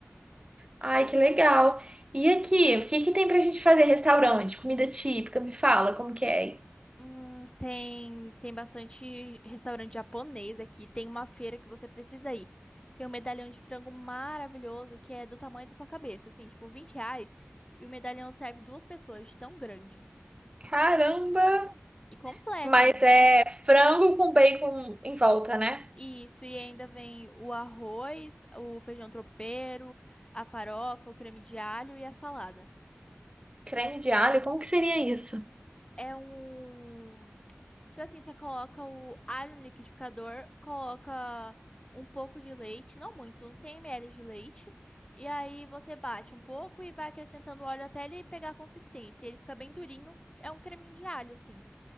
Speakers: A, on the right; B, on the left.
A: Ai, que legal. E aqui, o que que tem pra gente fazer? Restaurante, comida típica, me fala como que é.
B: Hum, tem, tem bastante restaurante japonês aqui. Tem uma feira que você precisa ir. Tem um medalhão de frango maravilhoso que é do tamanho da sua cabeça, assim, tipo 20 reais. E o medalhão serve duas pessoas, de tão grande.
A: Caramba!
B: E completo
A: Mas
B: ainda.
A: é frango com bacon em volta, né?
B: Isso, e ainda vem o arroz, o feijão tropeiro, a farofa, o creme de alho e a salada.
A: Creme de alho, como que seria isso?
B: É um. Tipo assim, você coloca o alho no liquidificador, coloca um pouco de leite, não muito, uns 100 ml de leite. E aí você bate um pouco e vai acrescentando óleo até ele pegar a consistência. E Ele fica bem durinho, é um creminho de alho, assim.